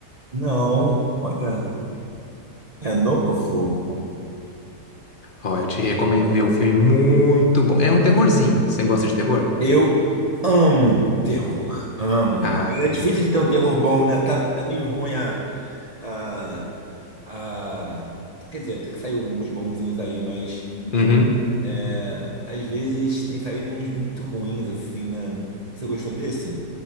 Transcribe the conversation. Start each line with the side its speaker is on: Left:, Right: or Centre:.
Right: Não, olha, é novo filme.
Left: Ó, eu te recomendo ver é um filme muito bom. É um terrorzinho. Você gosta de terror?
Right: Eu amo terror, amo.
Left: Ah,
Right: E É difícil de ter um terror bom, né? Tá, tá meio ruim a, a, a- Quer dizer, até que saiu alguns bonzinhos aí, mas
Left: uhum.
Right: é, às vezes tem saído uns muito ruins, assim, né? Você gostou desse?